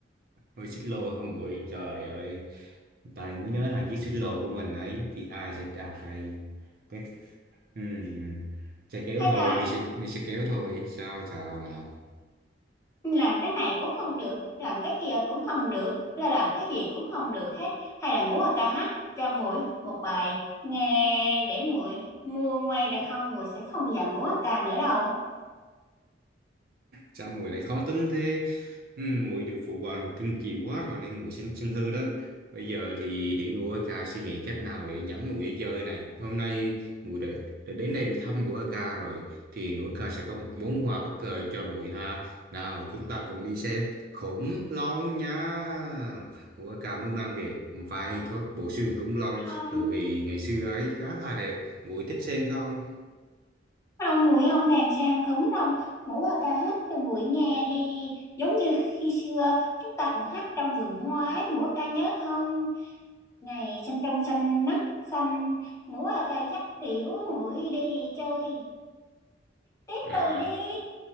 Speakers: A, on the right; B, on the left.
A: Ôi xích lô hả muội trời ơi tài mới nhớ là chiếc xích lô của mình ấy thì ai sẽ đạp này cái ừm, xe kéo
B: Hay
A: thôi
B: là
A: đi xe, đi xe kéo thôi sao sao nào
B: làm cái này cũng không được làm cái kia cũng không được là làm cái gì cũng không được hết hay là ngủ ở ca hát cho nguội một bài nghe để nguội nguôi ngoai được không nguội sẽ không giận ngủ ở ca nữa đâu
A: Sao muội lại khó tính thế? Ừ, muội được phụ hoàng cưng chiều quá rồi nên muội sinh sân hư đó. Bây giờ thì để ngồi ca suy nghĩ cách nào để dẫn muội đi chơi này. Hôm nay muội đã, đã đến đây để thăm ngũ ca rồi thì ngũ ca sẽ có một món quà bất ngờ cho muội ha. Nào, chúng ta cùng đi xem khủng long nha. Ngũ ca mới mang về vài có bộ xương khủng long
B: không
A: thời kỳ ngày xưa ấy khá là đẹp. Muội thích xem không?
B: không nguội không thèm sang cống đâu ngủ ở ca hát cho nguội nghe đi giống như khi xưa chúng ta cũng hát trong vườn hoa ấy ngủ ở ca nhớ không ngày xanh trong xanh nắng xanh ngủ ở ca dắt tiểu nguội đi chơi tiếp
A: À
B: lời đi